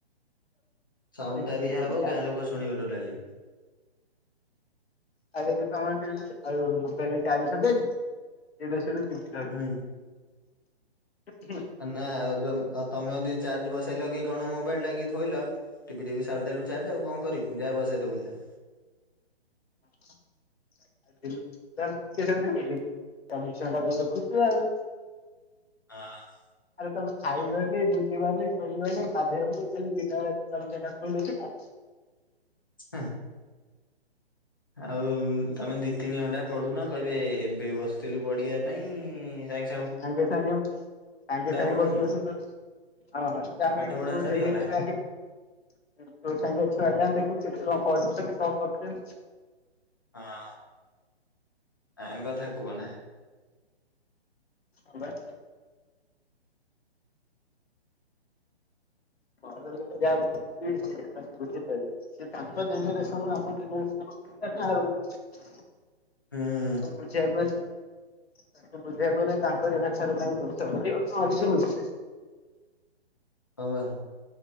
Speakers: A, on the left; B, on the left.
A: ସାଉଣ୍ଡ
B: ତତେ
A: ଟା
B: କିଏ
A: ଦିଆ
B: କହିଲା
A: ହବ ଗାଁ ଲୋକ ଶୁଣିବେ ଟୋଟାଲି।
B: ଆ ଯଦି ତମେ <unintelligible> ଆଉ ମୋବାଇଲରେ ଚାର୍ଜ ସରିଯାଇଛି। ଏବେ ସେଠୁ ଚୁପ୍ ଯାଉଚି।
A: ହୁଁ
B: <inaudible>
A: ଏ ନା ଆଉ ଯୋଉ ଅ ତମେ ଯଦି ଚାର୍ଜ ବସେଇଲ କି କଣ ମୋବାଇଲ ଟା କି ଥୋଇଲ ଟିପି ଟିିପି ସାରି ଦେଲୁ ଚାର୍ଜ ଆଉ କଁ କରିବୁ ଯା ବସେଇ ଦବୁ ଯା।
B: <unintelligible>
A: ହଁ।
B: ଆଉ ତମେ ଖାଇବନି ବୁଲିବନି ଶୋଇବନି ଗାଧେଇବନି ଖାଲି ଦିନ ରାତି ଚବିଶି ଘଣ୍ଟା ଫୋନ ଦେଖିଲ‌।
A: ହାଁ। ଆଉ ତମେ ଦି ତିନି ଘଣ୍ଟା ପଢୁନ କହିବେ ଏବେ ବସିଥିଲୁ ପଢିବା ପାଇଁ ସା
B: ସାଙ୍ଗେ ସାଙ୍ଗେ ସାଙ୍ଗେ ସାଙ୍ଗେ
A: ପଢୁନୁ
B: ବସୁ ବସୁ ତ। <unintelligible>
A: ପାଠ ପଢା ସରିଗଲା।
B: ତୋ ସାଙ୍ଗର ଛୁଆ ଯାଉନୁ ଦେଖିବୁ କେତେ କଣ ପଢୁଛନ୍ତି କଣ କରୁଛନ୍ତି।
A: ହଁ ଟାଇମ୍ କଥା କୁହନା।
B: ହଁ ବା। <unintelligible> ସିଏ ତାଙ୍କ ଜେନେରେସନ କୁ ଆମ ଜେନେରେସନ <inaudible>
A: ହୁଁ।
B: ସବୁ ବୁଝିବାକୁ ଅଛି। ତାଙ୍କୁ ବୁଝେଇ ବାକୁ ହେଲେ ତାଙ୍କରି ଭାଷାରେ ତାଙ୍କୁ ବୁଝେଇବାକୁ ପଡିବ ନହେଲେ ସିଏ ବୁଝି ବେନି।
A: ହଁ ବା।